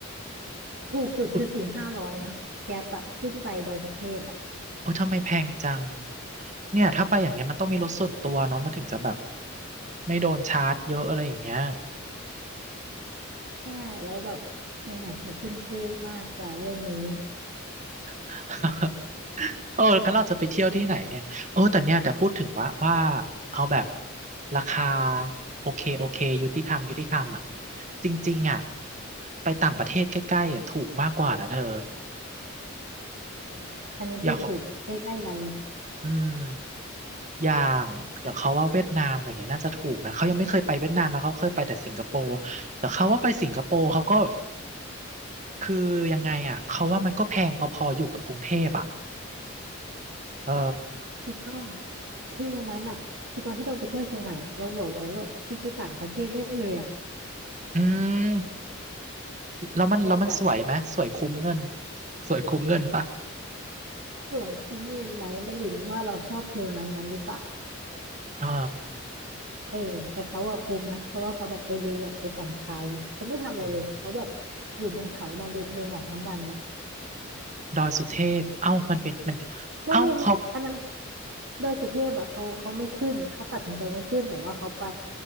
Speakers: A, on the right; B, on the right.
A: ถูกสุดคือสี่ห้าร้อยนะแก๊ปอะขึ้นไปดอยสุเทพอะ
B: โอ๊ยโอ้ทำไมแพงจังเนี่ยถ้าไปอย่างเงี้ยมันต้องมีรถส่วนตัวเนาะมันถึงจะแบบไม่โดนชาร์จเยอะอะไรอย่างเงี้ย
A: ใช่แล้วแบบเชียงใหม่คือขึ้นชื่อมากจากเรื่องนี้
B: <laughs> เออแล้วเราจะไปเที่ยวที่ไหนเนี่ย เออแต่เนี่ยแต่พูดถึงว่าว่าเอาแบบราคาโอเคโอเคยุติธรรมยุติธรรมอ่ะจริงๆอ่ะไปต่างประเทศใกล้ๆอ่ะถูกมากกว่านะเธอ
A: อันนี้พูดถูกใกล้ๆเราเนี่ย
B: อย่างของอืมอย่างอย่างเขาว่าเวียดนามอะไรเงี้ยน่าจะถูกนะเขายังไม่เคยไปเวียดนามนะเขาเคยไปแต่สิงคโปร์แต่เขาว่าไปสิงคโปร์เขาก็คือยังไงอ่ะเขาว่ามันก็แพงพอๆอยู่กับกรุงเทพอ่ะเออ
A: ถูกต้องคือวันนั้นอะคือตอนที่เราไปเที่ยวเชียงใหม่อะเราบอกเลยว่าคือไปต่างประเทศได้เลยอะ
B: อืม แล้วมันแล้วมันสวยไหมสวยคุ้มเงิน
A: อย่างแบบ
B: สวยคุ้มเงินปะ
A: สวยคุ้มเงินไหมมันอยู่ที่ว่าเราชอบฟิลนั้นไหมหรือเปล่า
B: อ่า
A: เออแต่เขาอะคุมนะเพราะว่าเขาแบบไปรีแลกซ์ไปผ่อนคลายเนี่ยเขาไม่ทำอะไรเลยเขาแบบ
B: อืม
A: อยู่บนเขานอนดูทะเลหมอกทั้งวันเนี่ย
B: ดอยสุเทพเอ้ามันเป็นมัน
A: ไม่ไม่ไม่อันนั้น
B: เอ้าเขา
A: ดอยสุเทพอะเขาเขาไม่ขึ้นเขาตัดสินใจไม่ขึ้นแต่ว่าเขาไป